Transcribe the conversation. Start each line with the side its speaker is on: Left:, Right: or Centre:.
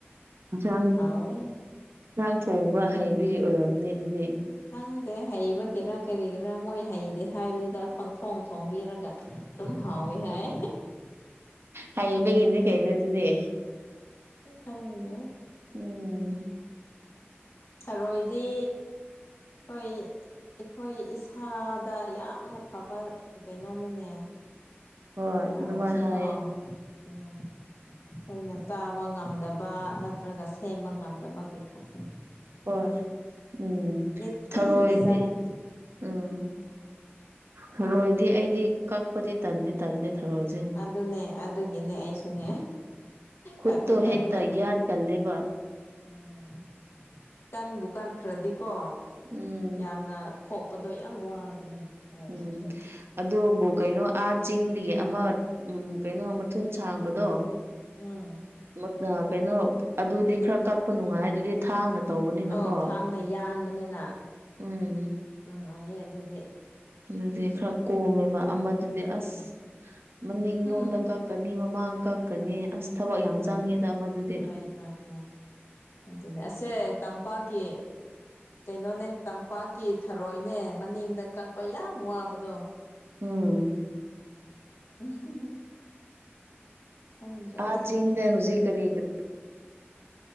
Right: ꯍꯦꯟꯁꯥꯡ
Left: ꯍꯥꯎꯋꯦ
Right: ꯖꯥꯡ ꯊꯣꯡꯕ ꯍꯩꯕꯒꯤ ꯑꯣꯏꯔꯝꯅꯤ ꯑꯗꯨꯗꯤ
Left: ꯈꯪꯗꯦ ꯍꯩꯕꯒꯤꯔꯥ ꯀꯔꯤꯒꯤꯔꯥ ꯃꯣꯏ ꯍꯩꯗꯦ ꯍꯥꯏꯕꯗꯨꯗ ꯄꯪꯊꯣꯡ ꯊꯣꯡꯕꯤꯔ ꯒ ꯑꯗꯨꯝ ꯍꯥꯎꯋꯦ ꯍꯥꯏ
Right: ꯍꯩꯕꯒꯤꯅꯦ ꯀꯩꯅꯣ ꯑꯗꯨꯗꯤ
Left: ꯈꯪꯗꯦ
Right: ꯎꯝ
Left: ꯊꯔꯣꯏꯗꯤ ꯈꯣꯏ ꯑꯩꯈꯣꯏ ꯏꯁꯥꯗ ꯌꯥꯝꯅ ꯐꯕ ꯀꯩꯅꯣꯅꯤꯅꯦ
Right: ꯍꯣꯏ
Left: ꯊꯔꯣꯏꯁꯦꯀꯣ
Right: ꯑꯗꯨꯃꯥꯏꯅ ꯍꯥꯏꯌꯦ
Left: ꯎꯝ ꯑꯩꯈꯣꯏꯅ ꯆꯥꯕ ꯉꯝꯗꯕ ꯅꯠꯇ꯭ꯔꯒ ꯁꯦꯝꯕ ꯉꯝꯗꯕꯒꯤ ꯈꯛ
Right: ꯍꯣꯏ ꯎꯝ
Left: ꯅꯤꯇꯤꯒꯤ
Right: ꯊꯔꯣꯏꯗꯤ
Left: ꯆꯥꯔꯗꯤ
Right: ꯎꯝ ꯊꯔꯣꯏꯗꯤ ꯑꯩꯗꯤ ꯀꯛꯄꯗꯤ ꯇꯟꯗꯤ ꯇꯟꯂꯦ ꯊꯔꯣꯏꯁꯦ
Left: ꯑꯗꯨꯅꯦ ꯑꯗꯨꯒꯤꯅꯦ ꯑꯩꯁꯨꯅꯦ
Right: ꯈꯨꯠꯇꯣ
Left: ꯀꯛꯄ ꯇꯟꯕ
Right: ꯍꯦꯛꯇ ꯌꯥꯠꯀꯜꯂꯦꯕ
Left: ꯎꯝ ꯀꯟꯕꯨ ꯀꯟꯈ꯭ꯔꯥꯗꯤꯀꯣ
Right: ꯎꯝ
Left: ꯌꯥꯝꯅ ꯈꯣꯛꯄꯗꯣ ꯌꯥꯝ ꯋꯥꯕꯅꯦ ꯊꯔꯣꯏꯁꯤꯁꯨ
Right: ꯎꯝ ꯑꯗꯨꯕꯨ ꯀꯩꯅꯣ ꯑꯥ ꯆꯤꯡꯗꯒꯤ ꯑꯃ ꯎꯝ ꯀꯩꯅꯣ ꯃꯊꯨꯟ ꯁꯥꯡꯕꯗꯣ
Left: ꯎꯝ
Right: ꯃꯠ ꯑꯥ ꯀꯩꯅꯣ ꯑꯗꯨꯗꯤ ꯈꯔꯥ ꯀꯛꯄ ꯅꯨꯡꯉꯥꯏ ꯑꯗꯨꯗꯤ ꯊꯥꯡꯅ ꯇꯧꯕꯅꯤꯅꯀꯣ
Left: ꯑꯧ ꯊꯥꯡꯅ ꯌꯥꯟꯕꯅꯤꯅ
Right: ꯎꯝ
Left: ꯅꯨꯡꯉꯥꯏꯌꯦ ꯑꯗꯨꯗꯤ
Right: ꯑꯗꯨꯗꯤ ꯈꯔ ꯀꯣꯝꯃꯦꯕ ꯑꯃꯗꯨꯗꯤ
Left: ꯎꯝ
Right: ꯑꯁ ꯃꯅꯤꯡꯂꯣꯝꯗ
Left: ꯎꯝ
Right: ꯀꯛ ꯒꯅꯤ ꯃꯃꯥꯡ ꯀꯛꯀꯅꯤ ꯑꯁ ꯊꯕꯛ ꯌꯥꯝ
Left: ꯎꯝ
Right: ꯆꯪꯉꯦꯗ ꯑꯃꯗꯨꯗꯤ
Left: ꯍꯣꯏ ꯍꯣꯏ ꯍꯣꯏ ꯑꯗꯨꯅꯦ ꯑꯁꯁꯦ ꯇꯝꯄꯥꯛꯀꯤ ꯀꯩꯅꯣꯅꯦ ꯇꯝꯄꯥꯛꯀꯤ ꯊꯔꯣꯏꯅꯦ ꯃꯅꯤꯡꯗ ꯀꯛꯄ ꯌꯥꯝ ꯋꯥꯕꯗꯣ
Right: ꯎꯝ
Left: <unintelligible> ꯈꯪꯗ꯭ꯔꯦꯗ
Right: ꯑꯥ ꯆꯤꯡꯗ ꯍꯧꯖꯤꯛ ꯀꯔꯤꯒ